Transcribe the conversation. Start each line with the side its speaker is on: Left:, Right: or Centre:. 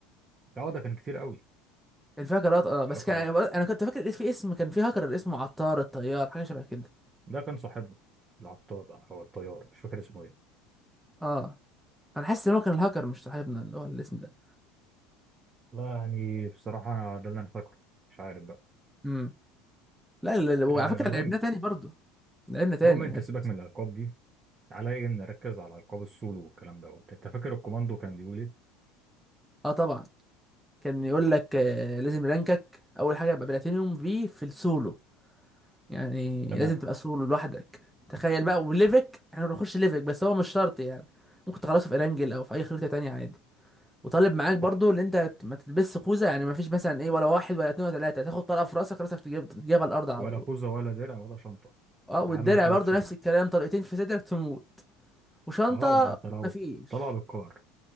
Right: اه ده كان كتير قوي
Centre: كان في هاكرات اه بس
Right: مش شكر
Centre: كان
Right: واحد
Centre: انا كنت فاكر في اسم كان في هاكر اسمه عطار الطيار حاجه شبه كده
Right: ده كان صاحبنا العطار او الطيار مش فاكر اسمه ايه
Centre: اه انا حاسس ان هو كان الهاكر مش صاحبنا اللي هو الاسم ده
Right: لا يعني بصراحه ده اللي انا فاكره مش عارف بقى
Centre: امم لا لا لا وعلى
Right: آه
Centre: فكره
Right: مهم
Centre: لعبناه تاني برضه لعبنا تاني
Right: المهم انت
Centre: يعني.
Right: سيبك من الالقاب دي عليا ان نركز على القاب السولو والكلام دوت انت فاكر الكوماندو كان بيقول ايه
Centre: اه طبعا كان يقول
Right: قول.
Centre: لك آه لازم رانكك اول حاجه يبقى بلاتينيوم في في السولو يعني
Right: تمام
Centre: لازم تبقى سولو لوحدك تخيل بقى وليفك احنا بنخش ليفك بس هو مش شرط يعني ممكن تخلصه في ارانجل او في اي خريطه تانية عادي وطالب معاك برضو
Right: صح
Centre: اللي انت ت- ما تلبسش خوذه يعني ما فيش مثلا ايه ولا واحد ولا اتنين ولا تلاته تاخد طلقه في راسك راسك تجيب تجيب على الارض على
Right: ولا
Centre: طول
Right: خوذه ولا درع ولا شنطه
Centre: اه والدرع
Right: عم ثلاث
Centre: برضو
Right: شروط
Centre: نفس الكلام طلقتين في صدرك تموت وشنطه
Right: اه ده انت لو
Centre: ما فيش
Right: طلع بالقار